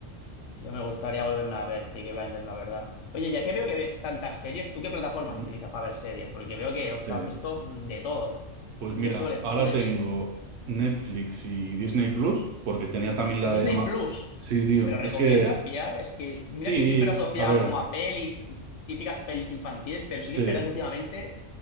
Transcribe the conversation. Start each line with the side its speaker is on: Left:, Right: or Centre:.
Left: Yo me gustaría volverme a ver Peaky Blinders, la verdad. Oye, ya que veo que ves tantas series, ¿tú qué plataformas
Right: Ujú.
Left: utilizas para ver series? Porque veo que, ostras,
Right: Sí.
Left: esto de todo.
Right: Pues
Left: ¿Tú
Right: mira,
Left: qué sueles?
Right: ahora
Left: ¿Tú qué
Right: tengo
Left: tienes?
Right: Netflix y Disney Plus, porque tenía también la
Left: Disney
Right: de Ama.
Left: Plus,
Right: Sí, tío.
Left: ¿me lo recomiendas
Right: Es que,
Left: pillar? Es que mira
Right: sí,
Left: que siempre lo he asociado
Right: a ver,
Left: como a pelis, típicas pelis infantiles, pero sí
Right: sí.
Left: que es verdad que últimamente